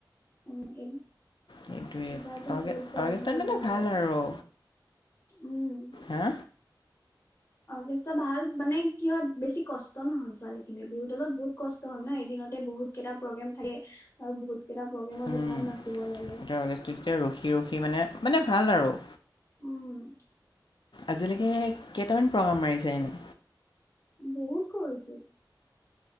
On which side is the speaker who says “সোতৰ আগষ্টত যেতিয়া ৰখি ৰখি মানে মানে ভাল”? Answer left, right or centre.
Left